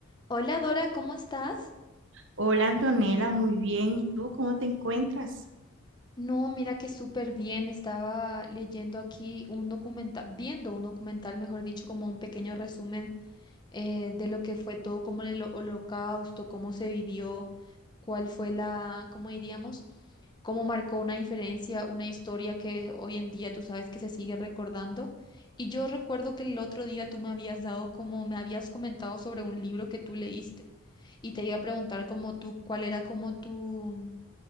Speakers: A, on the left; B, on the right.
A: Hola Dora, ¿cómo estás?
B: Hola Antonella, muy bien. ¿Y tú cómo te encuentras?
A: No, mira que súper bien. Estaba leyendo aquí un documental, viendo un documental, mejor dicho, como un pequeño resumen eh, de lo que fue todo, como el holocausto, cómo se vivió, cuál fue la, cómo diríamos, cómo marcó una diferencia, una historia que hoy en día tú sabes que se sigue recordando. Y yo recuerdo que el otro día tú me habías dado como, me habías comentado sobre un libro que tú leíste y te iba a preguntar como tú, cuál era como tu